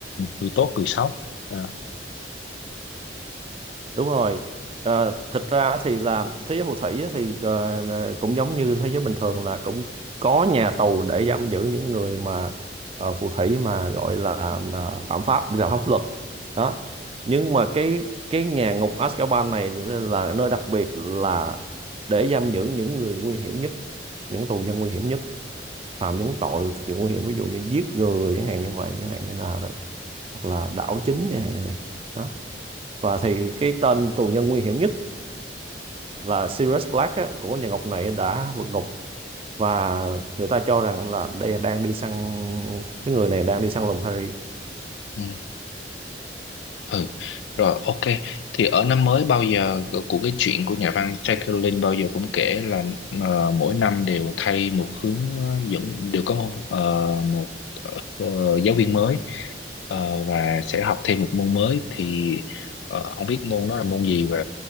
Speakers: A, on the left; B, on the right.
A: người tốt người xấu Ờ.
B: đúng rồi Ờ, thực ra thì là thế giới phù thủy á thì ờ, ờ, cũng giống như thế giới bình thường là cũng có nhà tù để giam giữ những người mà ờ, phù thủy mà gọi là ờ, phạm pháp vi phạm pháp luật đó nhưng mà cái cái nhà ngục Azkaban này ờ, là nơi đặc biệt là để giam giữ những người nguy hiểm nhất những tù nhân nguy hiểm nhất phạm những tội cực kỳ nguy hiểm ví dụ như giết người chẳng hạn như vậy chẳng hạn như là hoặc là đảo chính chẳng hạn như vậy đó và thì cái tên tù nhân nguy hiểm nhất là Sirius Black á, của nhà Ngọc này đã vượt ngục và người ta cho rằng là đây đang đi săn cái người này đang đi săn lùng Harry
A: Ừ. Ừ, rồi ok. Thì ở năm mới bao giờ của, của cái chuyện của nhà văn Jackie Rowling bao giờ cũng kể là ờ, mỗi năm đều thay một hướng ờ, dẫn đều có một, ờ, một ờ, giáo viên mới ờ, và sẽ học thêm một môn mới thì ờ, không biết môn đó là môn gì và